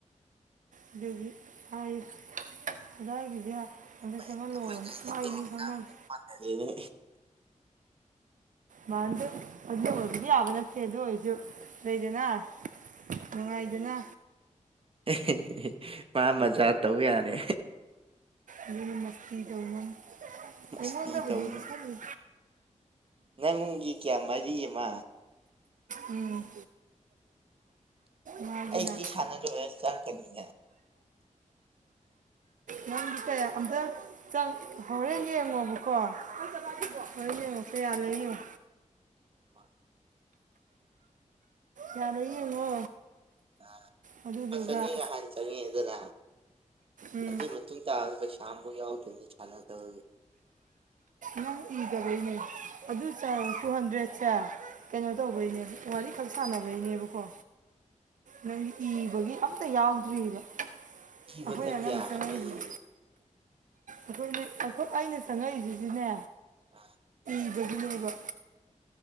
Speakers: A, on the right; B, on the right.
A: ꯑꯗꯨꯒꯤ ꯍꯥꯏ ꯗꯥꯗꯥ ꯑꯩꯒꯤꯖꯦ ꯑꯝꯇ
B: ꯑꯩꯈꯣꯏꯒ
A: ꯁꯦꯝꯂꯜ ꯂꯛꯑꯣꯅ
B: ꯍꯥꯏꯗꯤ
A: ꯃꯥ
B: ꯇꯣꯂꯣꯞ
A: ꯃꯤ ꯈꯪꯅꯕꯅꯦ
B: ꯆꯥꯕ ꯆꯞ ꯃꯥꯟꯅꯔꯦꯅꯦ
A: ꯃꯥꯟꯗꯦ ꯑꯗꯨ ꯑꯣꯏꯕꯗꯤ ꯌꯥꯕ ꯅꯠꯇꯦ ꯑꯗꯨ ꯑꯣꯏꯔꯁꯨ ꯂꯩꯗꯅ ꯅꯨꯡꯉꯥꯏꯗꯅ
B: ꯍꯦꯍꯦ ꯃꯥ ꯃꯆꯖꯥ ꯇꯧ ꯌꯥꯔꯦ
A: ꯑꯗꯨ ꯃꯁꯇꯤ ꯇꯧꯕ
B: ꯃꯁꯇꯤ
A: ꯑꯩꯉꯣꯟꯗ ꯍꯧꯖꯤꯛ
B: ꯇꯧꯅ
A: ꯄꯤꯁꯤꯟꯂꯨ
B: ꯅꯪꯒꯤ ꯀꯌꯥ ꯃꯔꯤ ꯑꯃ
A: ꯎꯝ ꯃꯥꯒꯤꯅ
B: ꯑꯩ ꯁꯤ ꯁꯥꯟꯅ ꯂꯣꯏꯔ ꯆꯪꯈ꯭ꯔꯅꯤꯅꯦ
A: ꯅꯪꯗꯤ ꯀꯌꯥ ꯑꯝꯇ ꯆꯪ ꯍꯣꯔꯦꯟ ꯌꯦꯡꯉꯣꯕꯀꯣ ꯑꯣꯏ ꯀꯩꯌꯥ ꯂꯩꯏꯒꯦ ꯌꯦꯡꯉꯣ
B: ꯍꯣꯏ
A: ꯌꯥꯔ ꯌꯦꯡꯉꯣ
B: ꯑ
A: ꯑꯗꯨꯗꯨꯒ
B: ꯂꯨꯄꯥ ꯆꯅꯤꯒ ꯍꯥꯟ ꯆꯪꯉꯛꯑꯦꯗꯅ
A: ꯎꯝ
B: ꯑꯗꯨꯏ ꯃꯇꯨꯡ ꯇꯥꯕꯗꯤ ꯄꯩꯁꯥ ꯑꯃꯕꯧ ꯌꯥꯎꯗꯝꯅꯦ ꯁꯥꯟꯅꯗꯕꯒꯤ
A: ꯅꯪ ꯏꯗꯕꯩꯅꯦ ꯑꯗꯨ ꯆꯥꯡ ꯇꯨ ꯍꯟꯗ꯭ꯔꯦꯗꯁꯦ ꯀꯩꯅꯣ ꯇꯧꯕꯩꯅꯦꯕ ꯋꯥꯔꯤꯈꯛ ꯁꯥꯟꯅꯕꯩꯅꯦꯕꯀꯣ ꯅꯪ ꯏꯕꯒꯤ ꯑꯝꯇ ꯌꯥꯎꯗ꯭ꯔꯤꯑꯕ
B: ꯄꯤꯕꯗ
A: ꯑꯩꯈꯣꯏ ꯑꯉꯕ
B: ꯀꯌꯥ
A: ꯆꯪꯉꯛꯏꯁꯦ
B: ꯑꯃ ꯌꯦꯡꯉꯦ
A: ꯑꯩꯈꯣꯏ ꯅꯣꯢ ꯑꯩꯅ ꯆꯪꯉꯛꯏꯁꯤꯗꯤꯅꯦ
B: ꯑ
A: ꯏꯕꯒꯤꯅꯦꯕ